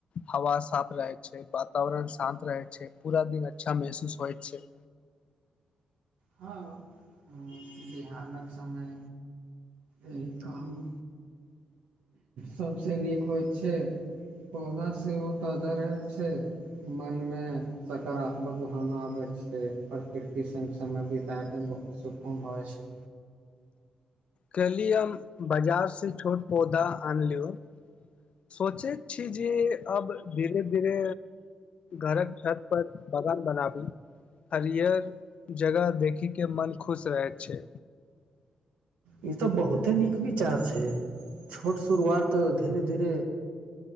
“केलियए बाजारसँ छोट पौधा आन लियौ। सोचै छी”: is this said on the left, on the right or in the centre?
Left